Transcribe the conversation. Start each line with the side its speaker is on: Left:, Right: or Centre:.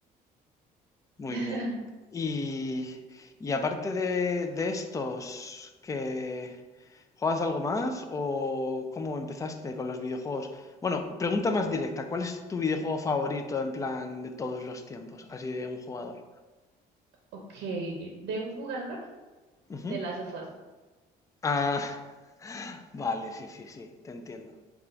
Left: Muy
Right: <laughs>
Left: bien. Y, y aparte de, de estos, que juegas algo más o cómo empezaste con los videojuegos? Bueno, pregunta más directa, ¿cuál es tu videojuego favorito en plan de todos los tiempos, así de un jugador?
Right: Ok, de un jugador
Left: Ujú.
Right: de Last of Us.
Left: Ah, <laughs> vale, sí, sí, sí, te entiendo.